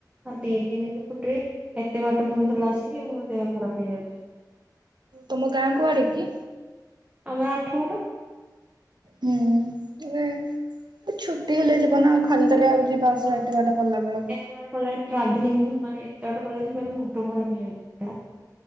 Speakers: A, on the right; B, on the right.
A: ହଁ ଦି ଦିନି ତିନି ଛୁଟିରେ ଏତେ ବାଟ ପୁଣି ଗଲା ଆସିକି ମୋ ଦେହ ଖରାପ ହେଇଯାଉଛି।
B: ତମ ଗାଁ କୁଆଡ଼େ କି?
A: ଆମର ଆଠ ଘଣ୍ଟା।
B: ହୁଁ ହେଲେ ଏ ଛୁଟି ହେଲେ ଯିବ ନା ଆଉ ଖାଲିଟାରେ ଆଉ। ଯିବା
A: ହଁ
B: ଆସିବା ଏତେ ବାଟ କଲା ବେଳକୁ।
A: ଏତେ ବାଟ କଲେ ଟ୍ରାଭେଲିଂଗ୍ ମାନେ ଏତେ ବାଟ ଗଲା ଯେ ମୋ ମୁଁଣ୍ଡ ଖରାପ ହେଇଯାଉଛି ଟା।